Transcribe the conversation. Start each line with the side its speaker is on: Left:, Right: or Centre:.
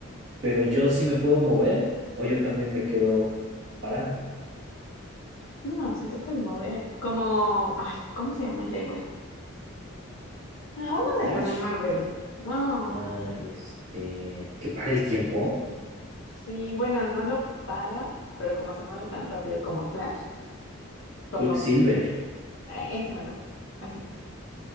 Right: pero yo sí me puedo mover o yo también me quedo parado.
Left: No, sí te puedes mover. Como, ay, ¿cómo se llama el héroe? Ah, uno
Right: Flash,
Left: de los de Marvel. No,
Right: ah, este, que para el tiempo,
Left: sí, bueno, no lo para, pero como se mueve tan rápido como Flash, como
Right: Quicksilver.
Left: Ah, Ese mero, así.